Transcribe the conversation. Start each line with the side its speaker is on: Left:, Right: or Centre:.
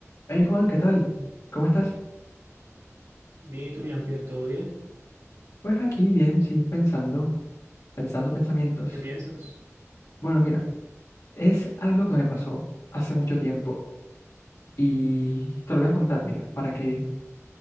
Left: Hey Juan, ¿qué tal? ¿Cómo estás?
Right: Bien, ¿y tú, Jean-Pierre, todo bien?
Left: Pues aquí bien, sí, pensando, pensando pensamientos.
Right: ¿En qué piensas?
Left: Bueno, mira, es algo que me pasó hace mucho tiempo y te lo voy a contar, mira, para que,